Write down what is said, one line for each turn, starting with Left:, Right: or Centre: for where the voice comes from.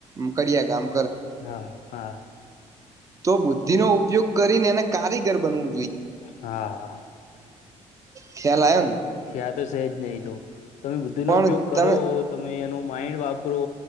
Right: કડીિયા ગામ
Left: હા હા.
Right: તો બુદ્ધિ નો ઉપયોગ કરીને એને કારીગર બનવું
Left: હા હા
Right: ખિયાલયન.
Left: ક્યા તો છેજ નહીિ તો તમે બુદ્ધિ નો ઉપયોગ
Right: ને પણ
Left: કરો
Right: તમે
Left: તમે એનો માઇન્ડ વાપરો